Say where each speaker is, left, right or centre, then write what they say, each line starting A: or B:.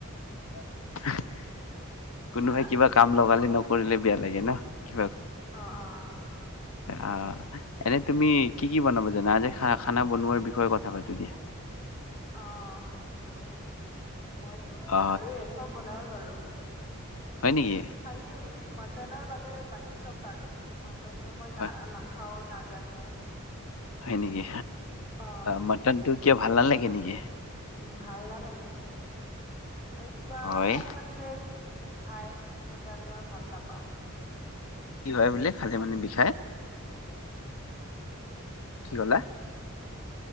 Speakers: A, on the left (about 70°); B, on the left (about 35°).
A: <inaudible> কোনোবাই
B: হা
A: কিবা কাম লগালে নকৰিলে বেয়া লাগে ন কিবা
B: অ অ
A: অ এনে তুমি কি কি বনাব জানা আজি খানা বনোৱাৰ বিষয়ে কথা পাতো দিয়া উ
B: অ হ'ব দিয়া মইতো
A: অ
B: পাৰৱে চব বনাওঁ পাৰো
A: হয় নেকি
B: খালি মটনৰ বাদে বাকী চব পাৰো মটন টো মই
A: হয়
B: না নাখাও নাজানো
A: হয় নেকি
B: অ',
A: মাটন টো কিয় ভাল নালাগে নেকি
B: ভাল নালাগে এই কিবা
A: হয়
B: খালে মানে যে খাই সটোৰ গানে মই ভাল নাপাও
A: কি হয় বোলে খালে মানে বিষায় কি কলা